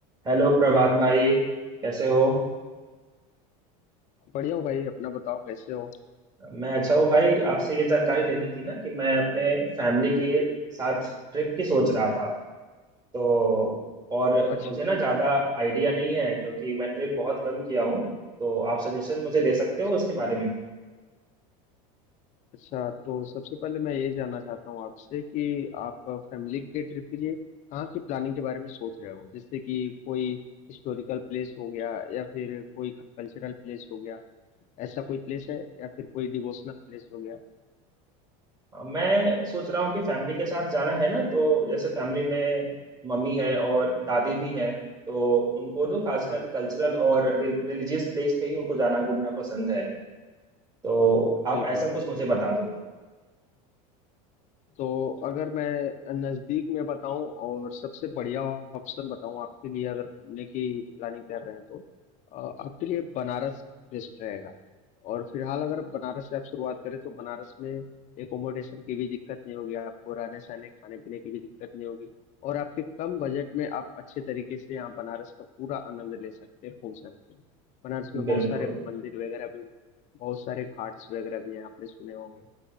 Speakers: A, on the right; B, on the left.
A: Hello Prabhat भाई कैसे हो
B: बढ़िया हो भाई अपना बताओ कैसे हो
A: मैं अच्छा हूँ भाई आपसे ये जानकारी लेनी थी ना कि मैं अपने फैमिली के साथ ट्रिप की सोच रहा था तो और
B: अच्छा
A: मुझे ना ज़्यादा आइडिया नहीं है क्योंकि मैं ट्रिप बहुत कम किया हूँ तो आप सजेशन मुझे दे सकते
B: अच्छा
A: हो इसके बारे में
B: अच्छा तो सबसे पहले मैं ये जानना चाहता हूँ आपसे कि आप फैमिली के ट्रिप के लिए कहाँ की प्लानिंग के बारे में सोच रहे हो जैसे कि कोई हिस्टोरिकल प्लेस हो गया या फिर कोई कल्चरल प्लेस हो गया ऐसा कोई प्लेस है या फिर कोई डिवोशनल प्लेस हो गया
A: अ, मैं सोच रहा हूँ कि फैमिली के साथ जाना है ना तो जैसे फैमिली में मम्मी है और दादी भी हैं तो उनको तो खासकर
B: हाँ हाँ
A: कल्चरल और रिलीजियस प्लेस पे ही उनको जाना घूमना पसंद है तो आप
B: बिल्कुल
A: ऐसा कुछ मुझे बता दो
B: तो अगर मैं नज़दीक में बताऊं और सबसे बढ़िया ऑप्शन बताऊं आपके लिए अगर घूमने की प्लानिंग कर रहे हैं तो अ, आपके लिए बनारस बेस्ट रहेगा और फिलहाल अगर आप बनारस से आप शुरुआत करें तो बनारस में एकोमोडेशन की भी दिक्कत नहीं होगी आपको रहने सहने खाने पीने की भी दिक्कत नहीं होगी और आपके कम बजट में आप अच्छे तरीके से यहाँ बनारस का पूरा आनंद ले सकते हैं घूम सकते हैं बनारस में बहुत
A: बिल्कुल
B: सारे मंदिर वगैरह भी हैं बहुत सारे घाट्स वगैरह भी हैं आपने सुने होंगे